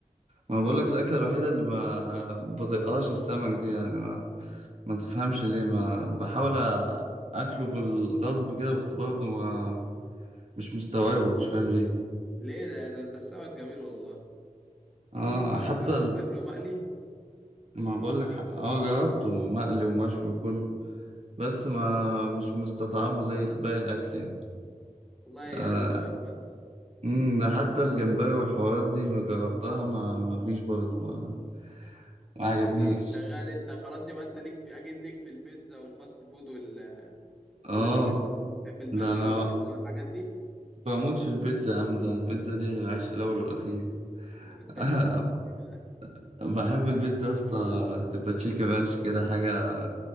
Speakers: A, on the right; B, in the centre.
A: ما بقول لك الاكله الوحيده اللي ما بطيقهاش السمك دي يعني ما تفهمش ليه ما بحاول اكله بالغصب كده بس برضه ما مش مستوعبه مش فاهم ليه
B: ليه ده ده, ده السمك جميل والله
A: اه
B: طب جر-
A: حتى
B: جربت
A: ال-
B: تاكله مقلي؟
A: ما بقول لك اه جربته مقلي ومشوي وكله بس ما مش مستطعمه زي ال- باقي الاكل يعني
B: والله يا
A: آه
B: أذواق بقى
A: أمم، ده حتى الجمبري والحوارات دي جربتها ما ما فيش برضه ما, ما عجبنيش
B: انت شغال انت خلاص يبقى انت ليك في اكيد ليك في البيتزا والفاست فود وال
A: اه
B: ولا لازم إيه؟ بتحب البرجر
A: ده انا
B: والبيتزا والحاجات دي؟
A: بموت في البيتزا يا عم ده البيتزا دي العيش الاول والاخير
B: بتحب
A: <laughs>
B: البيتزا بقى،
A: بحب البيتزا يا اسطى تبقى تشيكن رانش كده حاجة